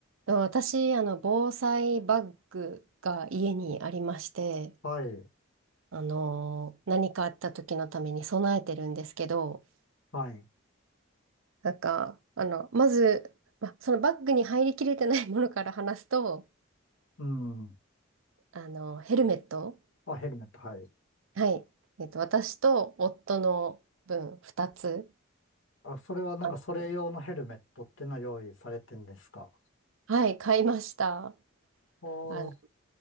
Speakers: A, on the right; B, on the left.
A: と私、あの、防災バッグが家にありまして、
B: はい、
A: あの、何かあった時のために備えてるんですけど、
B: はい。
A: なんか、あの、まず、ま、そのバッグに入りきれてないものから話すと、
B: うん。
A: あの、ヘルメット、
B: あ、ヘルメット、はい。
A: はい、えっと、私と夫の分2つ、
B: あ、それはなんかそれ用のヘルメットっていうのは用意されてんですか
A: あはい、買いました。
B: おー
A: あの、